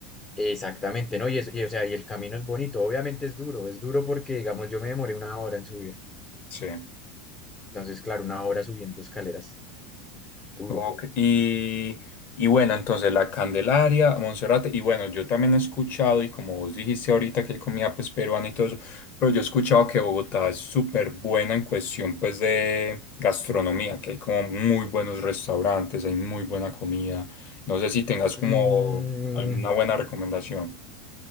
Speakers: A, on the left (about 20°); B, on the left (about 40°).
A: Exactamente, ¿no? Y, es, y, o sea, y el camino es bonito, obviamente es duro, es duro porque, digamos, yo me demoré una hora en subir.
B: Sí.
A: Entonces, claro, una hora subiendo escaleras, duro.
B: Ok, Y, y bueno, entonces la Candelaria, Monserrate, y bueno, yo también he escuchado, y como vos dijiste ahorita que hay comida pues peruana y todo eso, pero yo he escuchado que Bogotá es súper buena en cuestión pues de gastronomía, que hay como muy buenos restaurantes, hay muy buena comida. No sé si tengas como
A: Mm,
B: alguna buena recomendación.